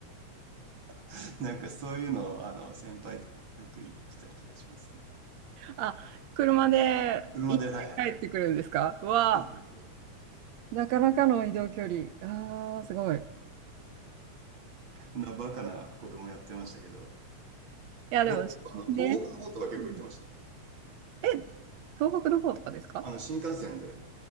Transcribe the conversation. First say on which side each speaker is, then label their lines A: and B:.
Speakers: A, on the right (about 45°); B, on the right (about 70°).
A: <laughs> なんかそういうのを、あの、先輩とよく行ってた気がしますね。
B: あ、車で行って帰ってくるんですかわあ、
A: 車で、はい。そうそうそ
B: なかなかの移動距離。ああ、すごい。い
A: う。<laughs> な、バカなこともやってましたけど、
B: や、でも、
A: 僕結構あの、
B: ね。
A: 東北の方とか結構行ってました。
B: うんえ、東北の方とかですか
A: あの、新幹線で、